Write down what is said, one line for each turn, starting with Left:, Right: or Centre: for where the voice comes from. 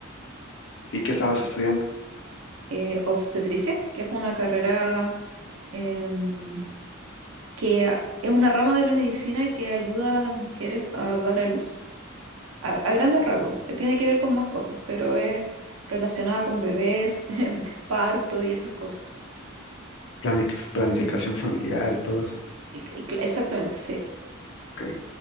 Left: ¿Y qué estabas
Right: Sí.
Left: estudiando?
Right: Eh, obstetricia, que es una carrera em, que a- es una rama de la medicina que ayuda a las mujeres a dar a luz a, a grandes rasgos, eh, tiene que ver con más cosas, pero es relacionada con bebés, <laughs> parto y esas cosas.
Left: Planic- planificación familiar y todo eso.
Right: E- e- cl- Exactamente, sí.
Left: Ok.